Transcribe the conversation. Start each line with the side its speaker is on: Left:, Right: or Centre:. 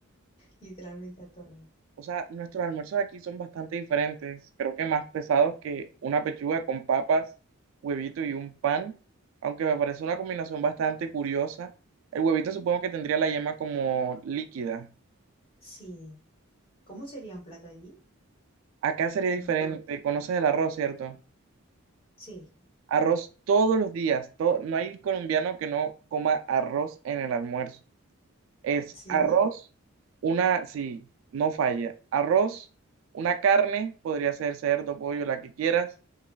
Left: literalmente a todos.
Right: o sea, nuestros almuerzos aquí son bastante diferentes, creo que más pesados que una pechuga con papas, huevito y un pan, aunque me parece una combinación bastante curiosa. El huevito supongo que tendría la yema como líquida.
Left: Sí. ¿Cómo sería un plato allí?
Right: Acá sería diferente,
Left: Un-
Right: conoces el arroz, ¿cierto?
Left: sí,
Right: Arroz todos los días, to- no hay colombiano que no coma arroz en el almuerzo. Es
Left: sí,
Right: arroz, una, sí, no falla, arroz, una carne, podría ser cerdo, pollo, la que quieras